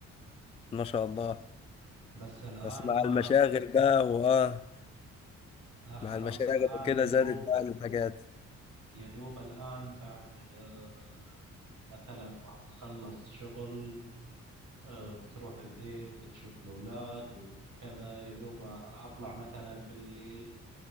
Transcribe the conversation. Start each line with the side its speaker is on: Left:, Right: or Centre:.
Left: ما شاء الله
Right: بس الآن
Left: بس مع
Right: ما
Left: المشاغل بقى واه
Right: لا خلاص
Left: مع المشاغل
Right: الآن
Left: وكده
Right: يدوب
Left: زادت بقى الحاجات
Right: يدوب الآن بعد آه، مثلا ما تخلص شغل آه، بتروح البيت بتشوف الأولاد وكذا يدوب أطلع مثلا بالليل